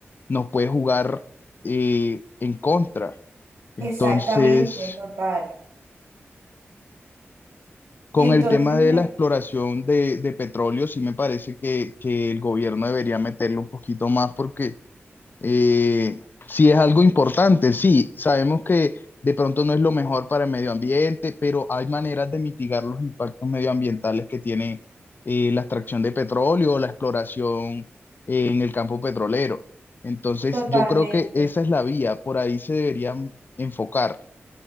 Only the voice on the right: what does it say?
Exactamente, total.
Entonces
me,
totalmente.